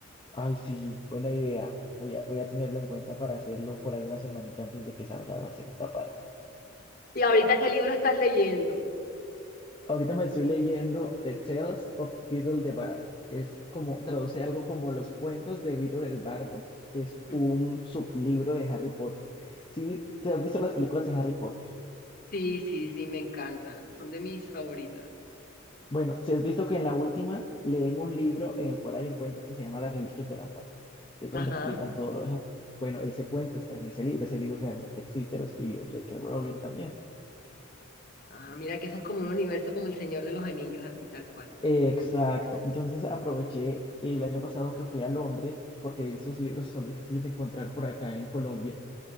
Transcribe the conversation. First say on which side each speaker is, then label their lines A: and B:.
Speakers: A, on the left (about 25°); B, on the left (about 45°).
A: Ay, sí, buena idea. Voy a, voy a tenerlo en cuenta para hacerlo por ahí una semanita antes de que salga la segunda parte.
B: ¿Y ahorita qué libro estás leyendo?
A: Ahorita me estoy leyendo The Tales of Beedle the Bard. Es como, traduce algo como Los cuentos de Beedle el Bardo. Es
B: Mm,
A: un sublibro de Harry Potter. Si te has visto las películas de Harry Potter.
B: Sí, sí, sí, me encantan, son de mis favoritas.
A: Bueno, si has visto que en la última leen un libro en el cual hay un cuento que se llama Las Reliquias de la Muerte. Es
B: Ajá.
A: donde explican todo lo de la... Bueno, ese cuento está en ese libro. Ese libro realmente existe, lo escribió J.K. Rowling también.
B: Ah, mira que eso es como un universo como El Señor de los Anillos, así tal cual.
A: Exacto. Entonces aproveché el año pasado que fui a Londres, porque esos libros son difíciles de encontrar por acá en Colombia,